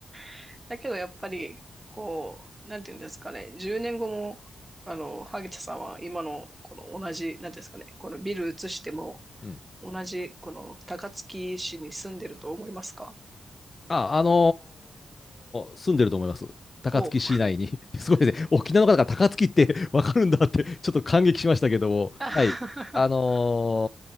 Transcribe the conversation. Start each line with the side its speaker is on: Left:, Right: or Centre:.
Right: <laughs> だけどやっぱりこうなんていうんですかね10年後もあの萩田さんは今のこの同じなんていうんですかねこのビル移しても
Left: うん
Right: 同じこの高槻市に住んでると思いますか
Left: あ、あのー住んでると思います。高槻市内に。
Right: おう
Left: <laughs> すごいですね。沖縄の方が高槻ってわかるんだって、ちょっと感激しましたけども。
Right: <laughs>
Left: はい。あのー